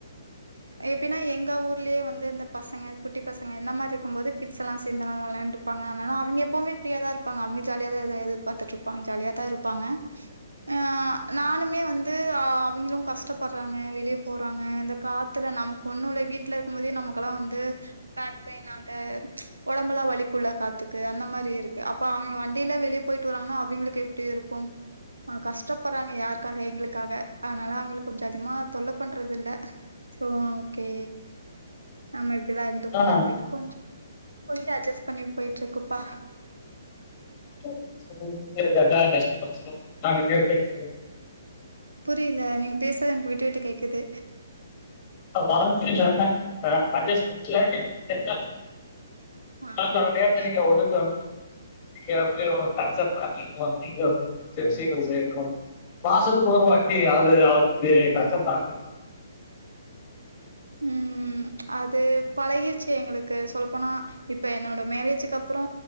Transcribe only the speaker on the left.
ஆ
<unintelligible>
ஆ படம் தெரிஞ்சோன அ அட்ஜஸ்ட் <unintelligible>
அப்ப அவங்க
ஏ நெனைக்ல ஒதுக்குவாங்கன் சே எப்டி அவ்ங்க அக்சப்ட் பண்ணிக்கு <unintelligible> சில விஷயங்கள் செய்யணு மாசத்துக்கு ஒருவாட்டி அது அவருக்கு கஷ்டந்தான